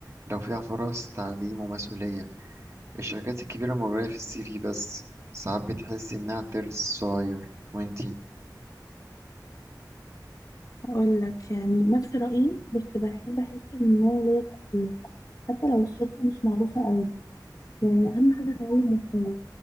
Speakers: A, on the right (about 40°); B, on the left (about 50°).
A: لو فيها فرص تعليم ومسؤولية الشركات الكبيرة مغرية في السي في بس ساعات بتحسي إنها ترس صغير وأنتي
B: هقول لك يعني نفس رأيي بس بحب أحس إن أنا ليا تأثير حتى لو الشركة مش معروفة قوي يعني أهم حاجة أتعلم وأتطور